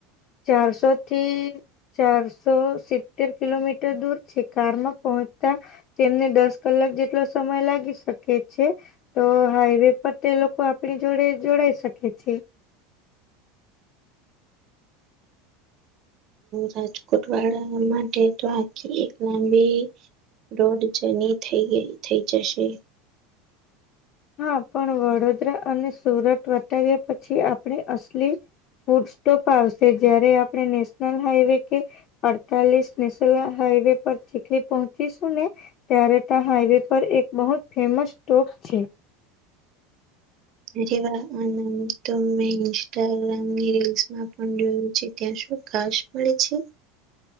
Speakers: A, on the left; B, on the right.
A: ચારસોથી ચારસો સિત્તેર કિલોમીટર દૂર છે. કારમાં પહોંચતા તેમને દસ કલાક જેટલો સમય લાગી શકે છે. તો હાઈવે પર તે લોકોને આપણી જોડે, જોડઈ શકીએ છીએ.
B: રાજકોટ વાળા માટે તો આટલી, એક લાંબી રોડ જની થઈ ગઈ, થઈ જશે.
A: હા પણ વડોદરા અને સુરત વટાવ્યા પછી. આપણે અસલી ફૂડ સ્ટોપ આવશે. જયારે આપણે નેશનલ હાઈવે કે અડતાલીસ નેશનલ હાઈવે પર ચીખલી પહોંચીશું ને ત્યારે, ત્યાં હાઈવે પર એક બહુ જ ફેમસ સ્ટોપ છે.
B: અરે વા અનંદ તો મેં ઇન્સ્ટાગ્રામની રીલ્સમાં પણ જોયું છે. ક્યાં શું ઘાસ મળે છે.